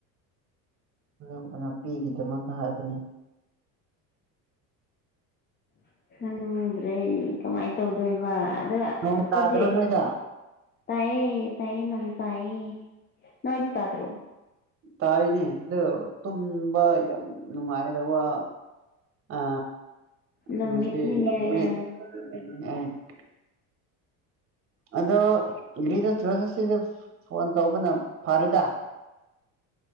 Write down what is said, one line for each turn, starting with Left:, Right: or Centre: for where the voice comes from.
Right: <unintelligible> ꯅꯨꯄꯤꯒꯤꯗꯃꯛꯇ ꯍꯥꯏꯕꯅꯦ
Left: <unintelligible> ꯉꯝꯗ꯭ꯔꯦ ꯀꯝꯃꯥꯏ ꯇꯧꯗꯣꯏꯕ ꯑꯗꯨꯒ
Right: ꯅꯣꯡ ꯇꯥꯗ꯭ꯔꯣ
Left: ꯑꯗꯨꯗꯤ
Right: ꯅꯣꯏꯗ
Left: ꯇꯥꯏꯌꯦ ꯇꯥꯏꯌꯦ ꯅꯣꯡ ꯇꯥꯏꯌꯦ ꯅꯣꯏꯗꯤ ꯇꯥꯗ꯭ꯔꯣ
Right: ꯇꯥꯏꯅꯦ ꯑꯗꯣ ꯇꯨꯝꯕ ꯌꯥꯝ ꯅꯨꯡꯉꯥꯏꯒꯗꯧꯕ ꯑ
Left: ꯅꯨꯃꯤꯠꯅꯤꯅꯦ
Right: ꯉꯁꯤ ꯅꯨꯃꯤꯠ
Left: ꯍꯥꯏꯌꯦ
Right: <unintelligible> ꯑꯗꯣ <unintelligible> ꯐꯣꯟ ꯇꯧꯕꯅ ꯐꯔꯦꯗ